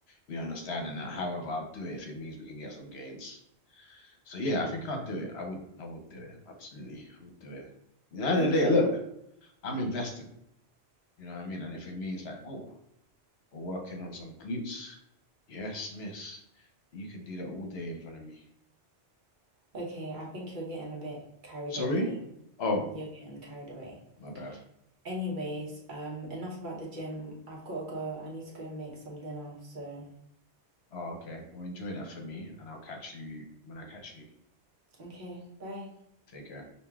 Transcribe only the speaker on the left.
we understand in that. However, I'll do it if it means we can get some gains. So yeah, I think I'd do it. I would I would do it. Absolutely. I would do it. You know, at the
end of the day, look, I'm investing. You know what I mean? And if it means like, whoa, we're working on some glutes. Yes, miss. You can do that all day in front of me.
Sorry?
Oh,
my bad.
Oh, okay. Well, enjoy that for me, and I'll catch you when I catch you.
Take care.